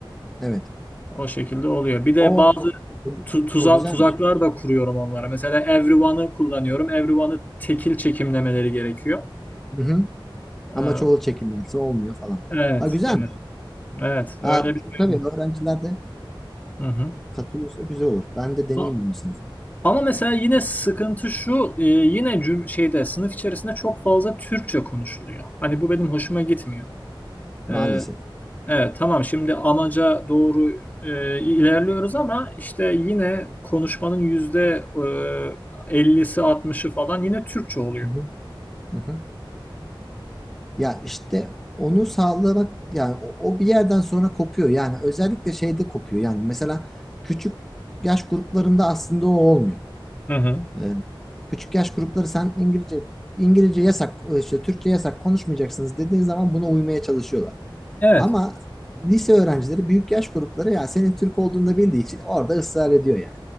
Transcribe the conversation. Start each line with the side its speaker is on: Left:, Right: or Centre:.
Centre: Evet.
Left: O şekilde oluyor. Bir de
Centre: O,
Left: bazı
Centre: o, o
Left: tu- tuza-
Centre: o güzelmiş.
Left: tuzaklar da kuruyorum onlara. Mesela everyone'ı kullanıyorum. Everyone'ı tekil çekimlemeleri gerekiyor.
Centre: Hı hı.
Left: Ee,
Centre: Ama çoğul çekimlerse olmuyor falan.
Left: evet,
Centre: Ha güzelmiş.
Left: evet, evet. Öyle
Centre: Ha,
Left: bir
Centre: t-
Left: şey.
Centre: tabii öğrenciler de
Left: Hı
Centre: katılıyorsa güzel olur. Ben de deneyeyim
Left: hı.
Centre: bunu sınıfta.
Left: Ama mesela yine sıkıntı şu, e, yine cüm- şeyde sınıf içerisinde çok fazla Türkçe konuşuluyor. Hani bu benim hoşuma gitmiyor.
Centre: Maalesef.
Left: E, evet tamam şimdi amaca doğru e, ilerliyoruz ama işte yine konuşmanın yüzde e, 50'si altmışı falan yine Türkçe oluyor.
Centre: Hı hı. Hı hı. Ya işte onu sağlamak yani o, o bir yerden sonra kopuyor. Yani özellikle şeyde kopuyor. Yani mesela küçük yaş gruplarında aslında o olmuyor.
Left: Hı hı.
Centre: Ee, Küçük yaş grupları sen İngilizce İngilizce yasak işte Türkçe yasak konuşmayacaksınız dediğin zaman buna uymaya çalışıyorlar.
Left: Evet,
Centre: Ama lise öğrencileri büyük yaş grupları ya senin Türk olduğunu da bildiği için orada ısrar ediyor yani.